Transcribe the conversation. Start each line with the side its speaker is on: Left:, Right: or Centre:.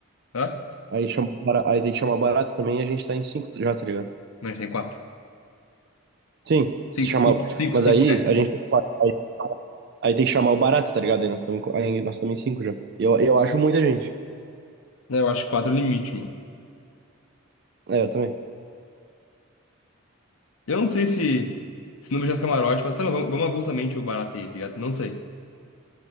Left: Hã?
Right: Aí, chama, o bara- aí tem que chamar o barata também e a gente tá em cinco já, tá ligado?
Left: Não, a gente tem quatro.
Right: Sim,
Left: Cinco,
Right: se chamar.
Left: cinco, cinco,
Right: Mas
Left: cinco,
Right: aí
Left: é.
Right: a gente tem quatro, aí, aí tem que chamar o barato, tá ligado? Aí nós estamos em, qu- aí nós estamos em cinco já. E Eu, eu acho muita gente.
Left: Não, eu acho que quatro é o limite, mano.
Right: É, eu também.
Left: Eu não sei se. Se não fechar os camarotes, fala, tá, mas vamos, vamos avulsamente o barato aí, tá ligado? Não sei.